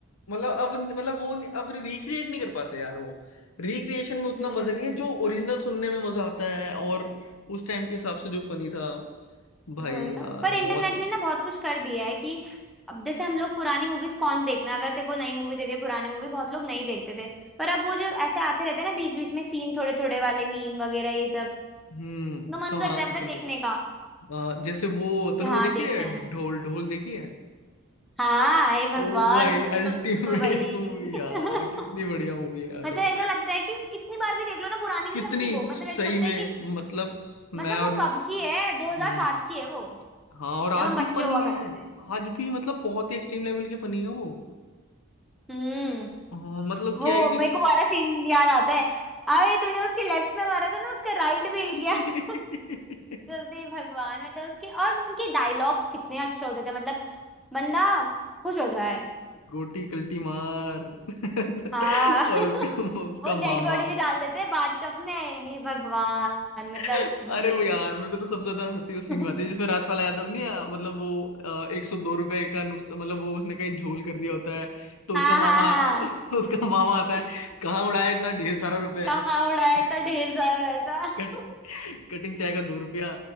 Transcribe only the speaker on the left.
मतलब अब मतलब वो नहीं- अब रिक्रिएट नहीं कर पाते यार वो रिक्रिएशन में उतना
मजा नहीं है जो ओरिजिनल सुनने में मजा आता है और उस टाइम के हिसाब से जो फनी था भाई
यार
बहुत
हम्म
तो
हाँ
तो
फिर
अ, जैसे वो
तूने
वो देखी
है
ढोल ढोल देखी है
ओ भाई
अल्टीमेट
मूवी
<laughs> यार कितनी बढ़िया मूवी है यार
वो
कितनी
सही
में
मतलब मैं
और
हम्म
हाँ और आज
भी फनी
है
आज भी मतलब बहुत ही एक्सट्रीम लेवल की फनी है वो
हाँ, मतलब
क्या ही कि
<laughs>
गोटी कल्टी मार <laughs>
और उसका उसका
मामा
अरे
वो यार मेरे को तो सबसे ज्यादा हंसी उस
सीन में आती है जिसमें राजपाल यादव नहीं आ, मतलब वो एक सौ दो रुपए का नुकसान मतलब वो उसने कहीं झोल कर दिया होता है तो
उसका मामा
<laughs> उसका मामा आता
है कहाँ उड़ाया इतना ढेर सारा रुपया
<laughs>
कट, कटिंग चाय का दो रुपया